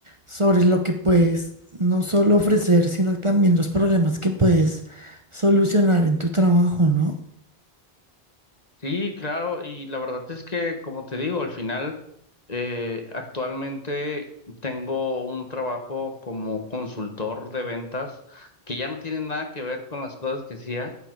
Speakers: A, on the right; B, on the left.
A: sobre lo que puedes no solo ofrecer, sino también los problemas que puedes solucionar en tu trabajo, ¿no?
B: Sí, claro, y la verdad es que, como te digo, al final, eh, actualmente tengo un trabajo como consultor de ventas, que ya no tiene nada que ver con las cosas que hacía,